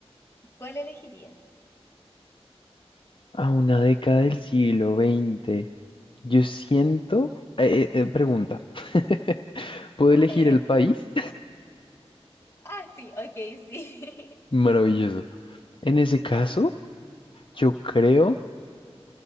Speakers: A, on the left; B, on the left.
A: ¿cuál elegirías?
B: a una década del siglo veinte Yo siento... eh, eh, pregunta, <laughs> ¿puedo elegir
A: <laughs>
B: el país?
A: ah, sí, ok, sí.
B: Maravilloso.
A: <laughs>
B: En ese caso, yo creo